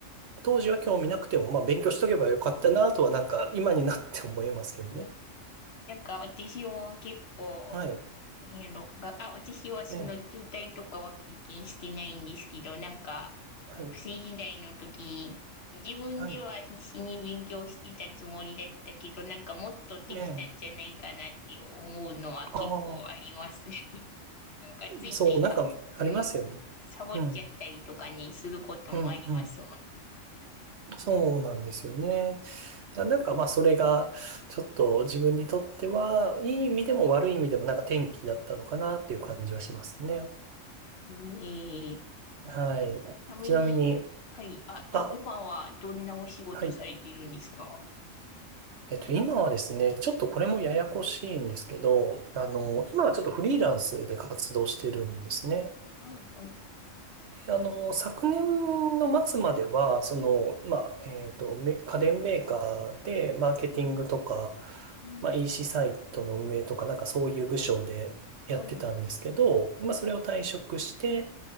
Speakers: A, on the right; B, on the left.
A: 当時は興味なくても、まあ勉強しとけばよかったなとはなんか今になって思いますけどね。
B: うんなんか私も結構、
A: はい。
B: 大変論が、あ、私はその中退とかは経験してないんですけど、
A: ええ。
B: なんか学生時代の時、
A: はい。
B: 自分では必死に勉強してたつもりだったけど、
A: はい。
B: なんかもっとできたんじゃないかなって思うのは結構ありますね。
A: ええ。ああ、
B: <laughs> なんかついついサ、
A: そう、なんかありますよね。
B: うん、サボっちゃったりとかにすることもありますもんね。
A: うん。うん。うん。そうなんですよね。だなんかまあそれがちょっと自分にとってはいい意味でも悪い意味でもなんか転機だったのかなっていう感じはしますね。
B: ええ
A: はい。
B: ちなみに、
A: ちなみに、
B: はい、あ、い、
A: あ、
B: 今はどんなお仕事されてるんですか
A: はい。えっと、今はですね、ちょっとこれもややこしいんですけど、あの、今はちょっとフリーランスで活動してるんですね。
B: はい、はい、
A: あの、昨年の末までは、その、まあ、えっと、め家電メーカーで、マーケティングとか、
B: はい。うん
A: まあ、EC サイトの運営とか、なんかそういう部署でやってたんですけど、
B: はい。
A: まあ、それを退職して、
B: あ、